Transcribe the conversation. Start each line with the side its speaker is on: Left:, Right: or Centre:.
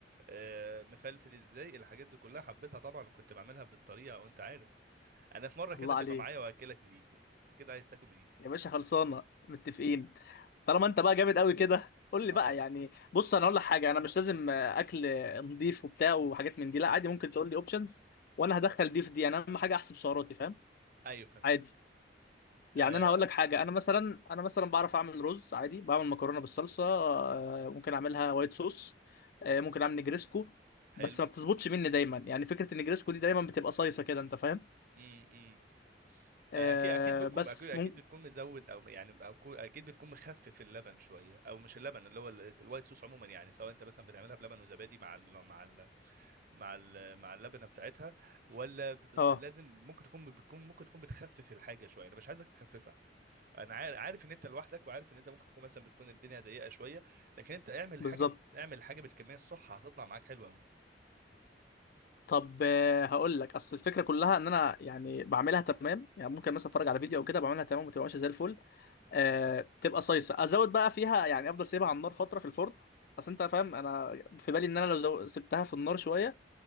Right: آه، مفلفل ازاي الحاجات دي كلها حبيتها طبعا وكنت بعملها بالطريقه وانت عارف انا في مره كده
Left: الله
Right: تبقى
Left: عليك
Right: معايا واكلك من ايدي انت كده عايز تاكل من ايدي
Left: يا باشا خلصانه متفقين طالما انت بقى جامد قوي كده قول لي
Right: اه
Left: بقى يعني بص انا اقول لك حاجه انا مش لازم آه، اكل نضيف وبتاع وحاجات من دي لا عادي ممكن تقول لي اوبشنز وانا هدخل دي في دي انا اهم حاجه احسب سعراتي فاهم
Right: ايوه فهمتك
Left: عادي يعني
Right: آه
Left: انا هقول لك حاجه انا مثلا انا مثلا بعرف اعمل رز عادي بعمل مكرونه بالصلصه آه، ممكن اعملها وايت صوص آه، ممكن اعمل نجريسكو
Right: حلو
Left: بس ما بتظبطش مني دايما يعني فكره النجريسكو دي دايما بتبقى صيصه كده انت فاهم
Right: إمم، إمم.
Left: آه
Right: اكيد اكيد بتكون
Left: بس
Right: اكيد اكيد
Left: ممكن
Right: بتكون مزود او يعني او كو- اكيد بتكون مخفف اللبن شويه او مش اللبن اللي هو ال- الوايت صوص عموما يعني سواء انت مثلا بتعملها بلبن وزبادي مع ال مع ال مع ال مع اللبنه بتاعتها ولا بتز...
Left: اه
Right: لازم ممكن تكون بتكون ممكن تكون بتخفف الحاجه شويه انا مش عايزك تخففها انا عار- عارف ان انت لوحدك وعارف ان انت ممكن تكون مثلا بتكون الدنيا ضيقه شويه لكن انت اعمل
Left: بالظبط
Right: حاجه اعمل حاجه بالكميه الصح هتطلع معاك حلوه
Left: طب آه، هقول لك اصل الفكره كلها ان انا يعني بعملها تمام يعني ممكن مثلا اتفرج على فيديو او كده بعملها تمام وما تبقاش زي الفل أه تبقى صيصه ازود بقى فيها يعني افضل سيبها على النار فتره في الفرن اصل انت فاهم انا في بالي ان انا لو زو- سبتها في النار شويه